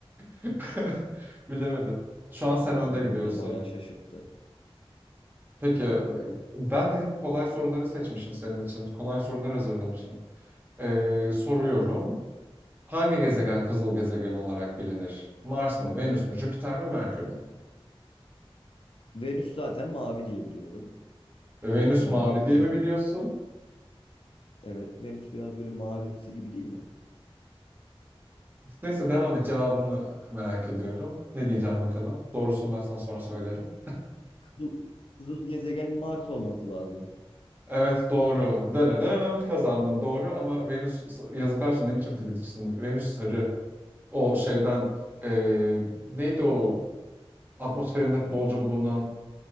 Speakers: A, on the right; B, on the left.
A: <laughs> Bilemedim. Şu an sen
B: Vallahi
A: önde gidiyorsun.
B: beni de bayağı şaşırttı.
A: Peki ben de hep kolay soruları seçmişim senin için. Kolay sorular hazırlamışım. Ee, soruyorum. Hangi gezegen kızıl gezegen olarak bilinir? Mars mı, Venüs mü, Jüpiter mi, Merkür mü?
B: Venüs zaten mavi diye biliyorum.
A: Venüs
B: Ee,
A: mavi
B: ona kızıl.
A: diye mi biliyorsun?
B: Evet, Venüs biraz böyle mavimsi gibi değil mi?
A: Neyse devam et cevabını merak ediyorum. Ne diyeceğim bakalım. Doğrusunu ben sana sonra söylerim.
B: Kızıl, kızıl gezegen Mars olması lazım.
A: Evet doğru. Danırım kazandın doğru ama Venüs yazıklar olsun ne biçim fizikçisin? Venüs sarı. O şeyden e, neydi o atmosferinde bolca bulunan